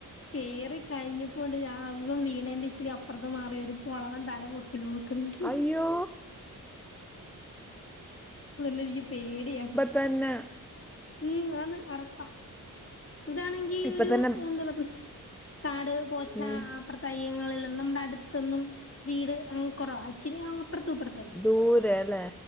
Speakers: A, on the left; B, in the centre.
A: കേറി കഴിഞ്ഞപ്പോണ്ട് ഞം വീണേന്റെ ഇച്ചിരിഅപ്പുറത്ത മാറി ഒരു പുളവൻ തലപൊക്കി ക്കി നോക്ന്ന്
B: അയ്യോ
A: അതുകൊണ്ട് എനിക്ക് പേടിയ
B: തന്ന
A: ഉം അന്ന് അറപ്പാം ഇവിടാണെങ്കി
B: ഇപ്പൊ
A: ഒരു
B: തന്നെ
A: എന്താ പറ കാട് പോച്ച
B: ഉം,
A: അപ്രതയ്യങ്ങളിലൊന്നും നമ്മുടെ അടുത്തൊന്നും വീട് അങ് കുറവാ അച്ചരി അ അപ്പറത്തുംഇപ്പറതൊക്ക
B: ദൂരെ അല്ലേ